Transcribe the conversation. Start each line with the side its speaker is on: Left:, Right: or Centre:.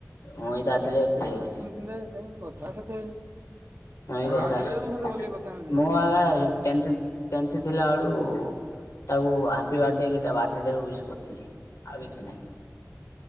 Left: ମୁଁ ତା ଥିଲେ ଏତେ
Right: ଆଁ ସିଏ <unintelligible> କାଇଁ କଥା ସେତେ ହେଇନି।
Left: ନାଇ
Right: ତା
Left: କଥା
Right: ଭାଉ ଥିଲେ ମୁଁ ସହିତ
Left: <inaudible>
Right: ଭଲକି କଥା ହେଇନଥିଲି
Left: ମୁଁ ଏକା ଟେନ୍ଥ ଟେନ୍ଥରେ ଥିଲା ବେଳୁ। ତାକୁ ହାପି ବାଡେ ବୋଲି ତା ବାର୍ଥ ଡେ ୱିଶ କରିଥିଲି ଆଉ କିଛି ନାହିଁ।